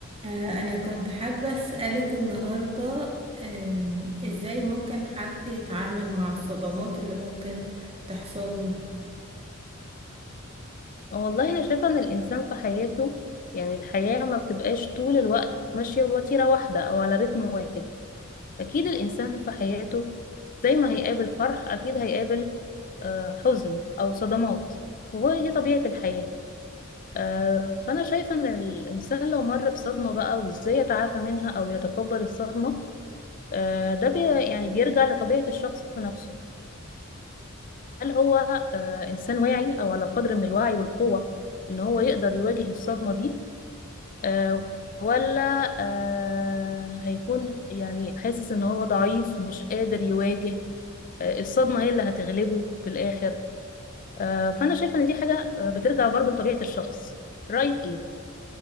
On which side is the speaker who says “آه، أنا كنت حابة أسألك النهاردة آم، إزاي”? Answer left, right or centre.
Right